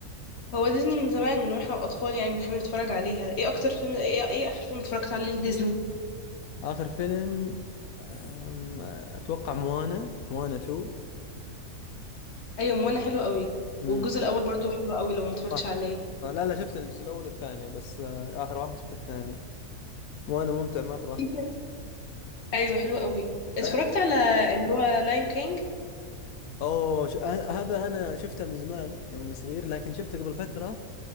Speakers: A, on the left; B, on the left.
A: هو ديزني من زمان من واحنا اطفال يعني بنحب نتفرج عليها ايه اكتر فيلم ايه, إيه اخر فيلم اتفرجت عليه لديزني
B: آخر فيلم أم، أتوقع موانا موانا 2
A: ايوه موانا حلو قوي
B: امم
A: والجزء الاول برضو حلو قوي لو ما اتفرجتش
B: صح
A: عليه <laughs>
B: آه، لا لا شفت الجزء الأول والثاني بس آه، آخر واحد شفته الثاني موانا ممتع مرة
A: في فيلم- ايوه حلو قوي اتفرجت
B: آه،
A: على اللي هو لاين كينج
B: أوه ش... آه، هذا أنا شفته من زمان يوم إني صغير لكن شفته قبل فترة